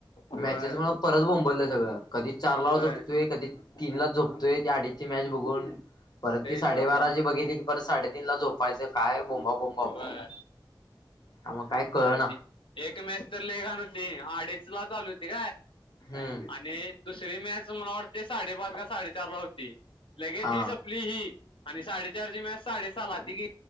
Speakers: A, on the left; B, on the left.
A: होय
B: त्याज्यामुळ परत बोबललं सगळं कधीच चारला
A: होय
B: तोय कधी तीनलाच झोपतोय ती अडीचची मॅच बघून परत
A: तेचच
B: ती साडेबाराची
A: आता
B: बघितली परत साडेतीन ला झोपायचं काय बोंबा, बोंबा
A: होय
B: मग काय. कळ
A: अरे
B: ना
A: ती एक मॅच तर लेघान होती अडीच ला चालू होती.
B: हम्म
A: आणि दुसरी मॅच मला वाटते साडेपाच का साडे विचारला होती लगेज
B: हा
A: ही सपली ही आणि साडेचारची मॅच साडे सहाला ती ही